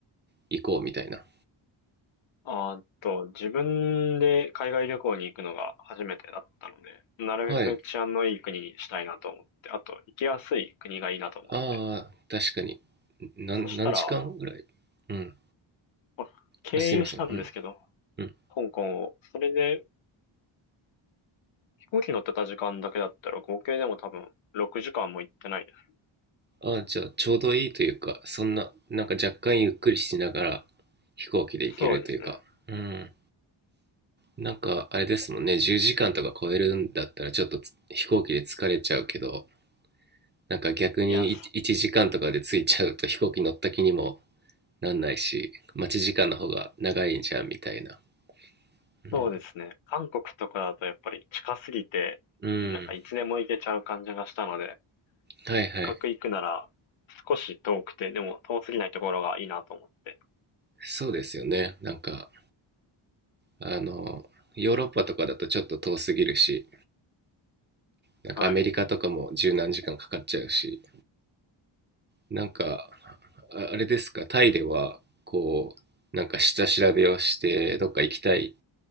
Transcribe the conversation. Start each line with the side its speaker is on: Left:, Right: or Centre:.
Right: 行こうみたいな。
Left: あーっと、自分で海外旅行に行くのが初めてだったので、なるべく治安のいい国にしたいなと思って、
Right: はい。
Left: あと、行きやすい国がいいなと思って。
Right: ああ、確かに。なん何時間ぐらいうん。
Left: そしたら、まあ経由したんですけど、
Right: あ、すいません。うん。うん。
Left: 香港を。それで、飛行機乗ってた時間だけだったら、合計でも多分6時間も行ってないです。
Right: ああ、じゃあちょうどいいというか、そんな、なんか若干ゆっくりしながら飛行機で行けるというか。
Left: そうですね。
Right: うん。なんかあれですもんね、10時間とか超えるんだったらちょっとつ飛行機で疲れちゃうけど、なんか逆にい1時間とかで着いちゃうと飛行機乗った気にも
Left: いや、
Right: なんないし、待ち時間の方が長いんじゃんみたいな。うん。
Left: そうですね。韓国とかだとやっぱり近すぎて、
Right: うん。
Left: なんかいつでも行けちゃう感じがしたので、
Right: はいはい。
Left: 角行くなら少し遠くて、でも遠すぎないところがいいなと思って。
Right: そうですよね。なんか、あの、ヨーロッパとかだとちょっと遠すぎるし、なんかアメリカとかも十何時間かかっちゃうし、
Left: はい。
Right: なんか、ああれですか、タイでは、こう、なんか下調べをして、どっか行きたい